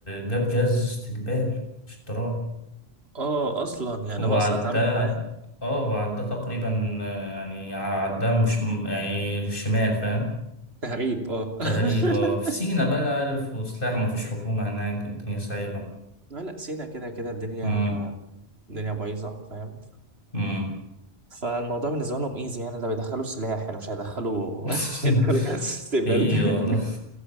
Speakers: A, on the left; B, on the right.
A: جاب جهاز استقبال اشتراه
B: اه اصلا يعني
A: وعداه
B: هو اصلا اتعامل معاه
A: اه وعداه تقريبا آه، يعني عداه مش م- يعني في الشمال فاهم
B: تهريب اه <laughs>
A: تقريبا في سينا بقى عارف وسلاح ما فيش حكومة هناك الدنيا سايبة
B: لا لا، سينا كده كده الدنيا
A: امم
B: الدنيا بايظه فاهم
A: امم
B: فالموضوع بالنسبه لهم ايزي يعني ده بيدخلوا سلاح يعني مش هيدخلوا
A: <laughs>
B: <laughs> مش هيدخلوا جهاز استقبال
A: ايه
B: <laughs>
A: يلا